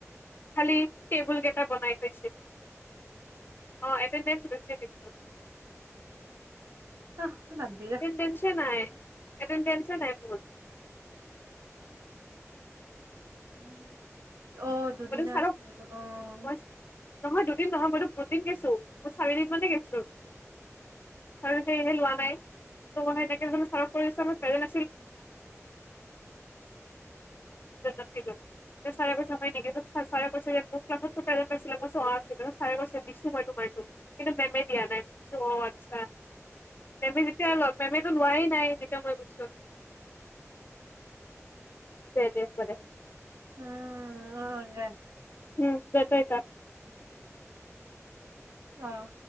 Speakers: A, on the left (about 40°); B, on the right (about 85°).
A: খালি‌ টেবুল কেইটা বনাই থৈছে অ এটেনডেছ‌টো‌ আছে কিন্তু
B: অ বাদ দিয়া
A: শুনিছে ‌নাই এটেনডেছ নাই মোৰ
B: উম অঁ দুদিন
A: মানে ছাৰক
B: আছিল অঁ
A: মই নহয় দুদিন নহয় মাৰো দুদিন গেইছো মোৰ চাৰিদিন মানে গেছো চি সেই হ লোৱা নাই মই তাকে বুলু‌ চাৰক কৈ আছিলো প্ৰেজেন্ট আছিলো চাৰে কৈছে হয় নেকি চাৰে কৈ যে মোকতাইছিলে মই আছিল ছাৰে কৈছে বিছু ম মাৰটো কিন্তু মেমে দিয়া নাই চ আচ্ছা তুমি যেতিয়া মেম এইটো লোৱাই নাই যেতিয়া মই কৈছো দে দে
B: উম অন
A: উম যাতাই ত
B: অঁ